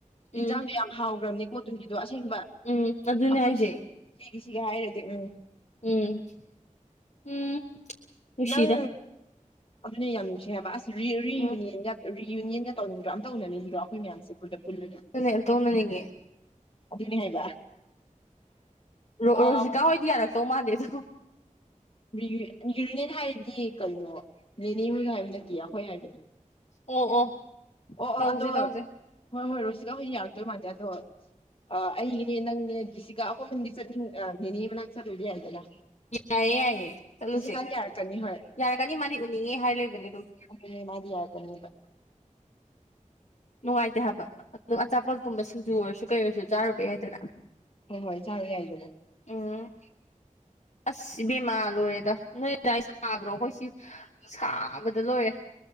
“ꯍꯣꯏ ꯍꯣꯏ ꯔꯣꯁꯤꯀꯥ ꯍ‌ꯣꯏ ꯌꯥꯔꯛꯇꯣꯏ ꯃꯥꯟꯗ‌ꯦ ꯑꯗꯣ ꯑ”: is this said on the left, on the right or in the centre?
Left